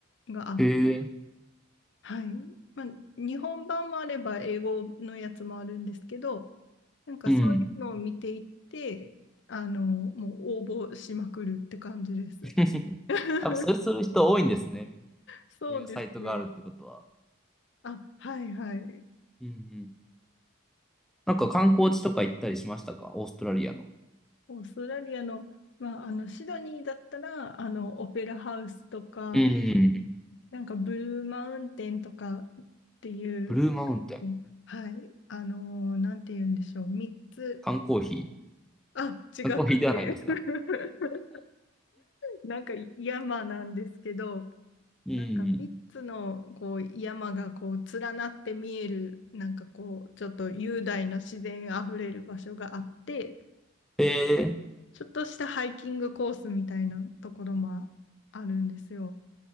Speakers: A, on the left; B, in the centre.
A: があ、
B: へえ、
A: はい。まあ、日本版もあれば英語のやつもあるんですけど、なんかそういうのを見ていって、
B: うん。
A: あの、もう応募しまくるって感じです。
B: <laughs> やっぱそれする人多いんですね。
A: <laughs> そうですね。
B: そういうサイトがあるってことは。
A: あ、はいはい。
B: うんうん。なんか観光地とか行ったりしましたかオーストラリアの。
A: オーストラリアの、まあ、あの、シドニーだったら、あの、オペラハウスとか、
B: うん。
A: なんかブルーマウンテンとかっていう、
B: ブルーマウンテン。
A: はい、あのーなんて言うんでしょう、3つ、
B: 缶コーヒー。
A: あ、違くて、
B: 缶コーヒーではないですか。
A: <laughs> なんか山なんですけど、
B: うん。
A: なんか3つのこう山がこう連なって見える、なんかこう、ちょっと雄大な自然あふれる場所があって、
B: えー、
A: ちょっとしたハイキングコースみたいなところもあるんですよ。